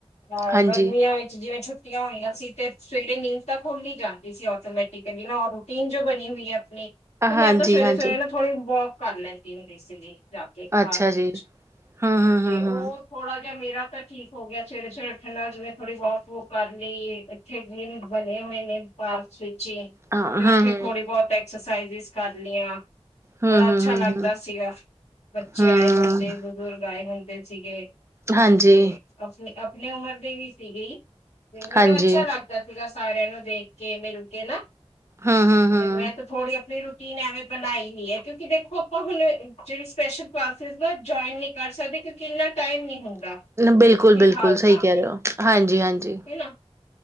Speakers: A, on the left; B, on the right.
A: ਹਾਂ,
B: ਹਾਂਜੀ।
A: ਗਰਮੀਆਂ ਵਿੱਚ ਜਿਵੇਂ ਛੁੱਟੀਆਂ। ਛੁੱਟੀਆਂ ਹੋਈਆਂ ਸੀ। ਤੇ ਸਵੇਰੇ ਨੀਂਦ ਤਾਂ ਖੁੱਲ ਹੀ ਜਾਂਦੀ ਸੀ ਆਟੋਮੈਟਿਕਲੀ ਰੂਟੀਨ ਜੋ ਬਣੀ ਹੋਈ ਹੈ ਆਪਣੀ। ਤੇ
B: ਹਾਂਜੀ
A: ਮੈਂ ਤਾਂ ਸਵੇਰੇ
B: ਹਾਂਜੀ
A: -ਸਵੇਰੇ ਨਾ, ਥੋੜ੍ਹੀ ਵੋਕ ਕਰ ਲੈਂਦੀ ਹੁੰਦੀ ਸੀ ਜਾ ਕੇ ਪਾਰਕ
B: ਅੱਛਾ
A: ਵਿਚ।
B: ਜੀ ਹੂੰ ਹੂੰ
A: ਤੇ
B: ਹੂੰ ਹੂੰ।
A: ਉਹ ਥੋੜਾ ਜਿਹਾ ਮੇਰਾ ਤਾਂ ਠੀਕ ਹੋ ਗਿਆ, ਸਵੇਰੇ -ਸਵੇਰੇ ਉੱਠਣ ਨਾਲ ਜਿਵੇਂ ਥੋੜ੍ਹੀ ਵੋਕ ਵੁਕ ਕਰ ਲਈ ਇੱਥੇ ਜਿਵੇਂ ਬਣੇ। ਹੋਏ ਨੇ ਪਾਰਕ ਵਿੱਚ ਹੀ
B: ਹਾਂ
A: ਤੇ,
B: ਹਾਂ
A: ਉੱਥੇ
B: ਹਾਂ।
A: ਥੋੜੀ ਬਹੁਤ ਐਕਸਰਸਾਈਜ ਕਰ ਲਈਆਂ।
B: ਹੂੰ
A: ਬੜਾ ਅੱਛਾ
B: ਹੂੰ ਹੂੰ
A: ਲੱਗਦਾ,
B: ਹੂੰ
A: ਸੀਗਾ ਬੱਚੇ
B: ਹੂੰ
A: ਆਏ ਹੁੰਦੇ ਬਜ਼ੁਰਗ। ਆਏ ਹੁੰਦੇ ਸੀਗੇ
B: ਹਾਂਜੀ
A: ਤੇ ਆਪਣੀ, ਆਪਣੀ ਉਮਰ ਦੇ ਵੀ ਸੀ ਗੇ । ਮਤਲਬ
B: ਹਾਂਜੀ।
A: ਅੱਛਾ ਲੱਗਦਾ ਸੀਗਾ, ਸਾਰਿਆਂ ਨੂੰ ਦੇਖ ਕੇ ਮਿਲ ਕੇ ਨਾ।
B: ਹੂੰ ਹੂੰ ਹੂੰ
A: ਫੇਰ, ਮੈਂ ਤਾਂ ਥੋੜੀ ਆਪਣੀ । ਰੂਟੀਨ ਐਵੇਂ ਬਣਾਈ ਹੋਈ ਹੈ। ਕਿਉਂਕਿ ਦੇਖੋ ਆਪਾਂ ਹੁਣ ਜਿਹੜੀ ਸਪੈਸ਼ਲ ਕਲਾਸ ਜੁਆਇਨ। ਨਹੀਂ ਕਰ ਸਕਦੇ, ਕਿਉਂਕਿ ਇੰਨਾ ਟਾਈਮ ਨੀ ਹੁੰਦਾ
B: ਬਿਲਕੁਲ
A: ਫਿਲਹਾਲ
B: ਬਿਲਕੁਲ ਸਹੀ
A: ਤਾਂ।
B: ਕਹਿ ਰਹੇ ਹੋ ਹਾਂਜੀ ਹਾਂਜੀ।
A: ਹਨਾ,